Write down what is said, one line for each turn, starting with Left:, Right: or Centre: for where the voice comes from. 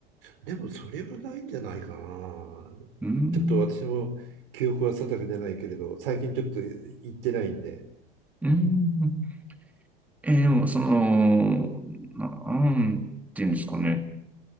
Right: でもそれはないんじゃないかな。
Centre: うーん、
Right: ちょっと私も記憶は定かじゃないけれど、最近ちょっと行ってないんで。
Centre: うーん。えーでも、その、なんていうんですかね。